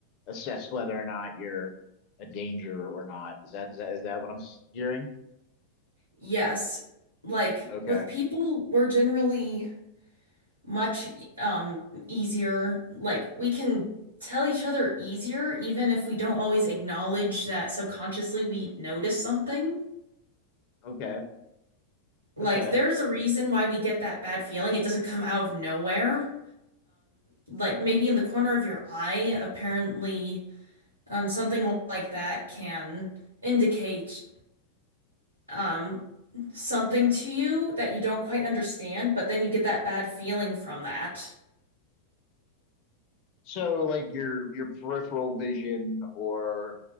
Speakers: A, on the left (about 40°); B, on the right (about 80°).
A: assess whether or not you're a danger or not. Is that is that, is that what I'm s- hearing?
B: Yes, like
A: Okay,
B: with people, we're generally much um easier. Like we can tell each other easier even if we don't always acknowledge that subconsciously we notice something.
A: okay,
B: Like
A: okay.
B: there's a reason why we get that bad feeling. It doesn't come out of nowhere. Like maybe in the corner of your eye, apparently um something like that can indicate um something to you that you don't quite understand, but then you get that bad feeling from that.
A: So like your your peripheral vision or